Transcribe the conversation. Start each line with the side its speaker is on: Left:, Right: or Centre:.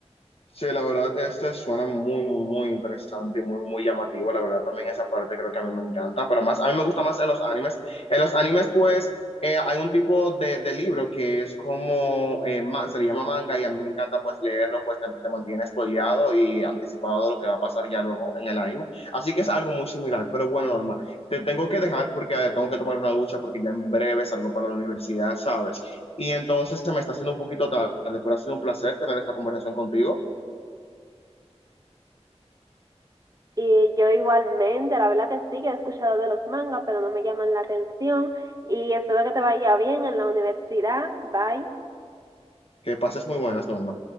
Left: Sí, la verdad, este suena muy, muy, muy interesante y muy, muy llamativo. La verdad, también esa parte creo que a mí me encanta, pero más, a mí me gusta más en los animes. En los animes, pues, eh, hay un tipo de, de libro que es como, eh, ma- se le llama manga y a mí me encanta, pues, leerlo, pues, te, te mantiene spoileado y anticipado de lo que va a pasar ya luego en el anime. Así que es algo muy similar, pero bueno, Norma, te tengo que dejar porque eh, tengo que tomar una ducha porque ya en breve salgo para la universidad, ¿sabes? Y entonces se me está haciendo un poquito tarde, pero ha sido un placer tener esta conversación contigo.
Right: Y yo igualmente, la verdad que sí, que he escuchado de los mangas, pero no me llaman la atención. Y espero que te vaya bien en la universidad. Bye.
Left: Que pases muy buenas, Norma.